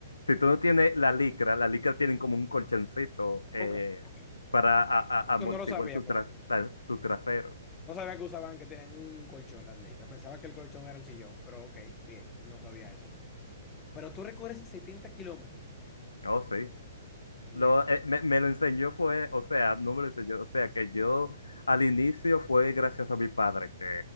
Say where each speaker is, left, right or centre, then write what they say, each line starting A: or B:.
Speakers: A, on the left (about 75°); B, on the left (about 20°).
A: si tú no tienes la licra, la licra tienen como un colchoncito eh,
B: Ok, ok.
A: para a- a-
B: Eso
A: amortiguar
B: no lo sabía,
A: tu,
B: por
A: tra-
B: ejemplo.
A: tra- tu trasero.
B: No sabía que usaban que tenían un colchón las licras. Pensaba que el colchón era el sillón, pero ok, bien, no sabía eso. Pero tú recorres 70 kilómetros.
A: Oh, sí.
B: Mierda.
A: Lo, eh, me, me lo enseñó fue, o sea, no me lo enseñó, o sea, que yo al inicio fue gracias a mi padre que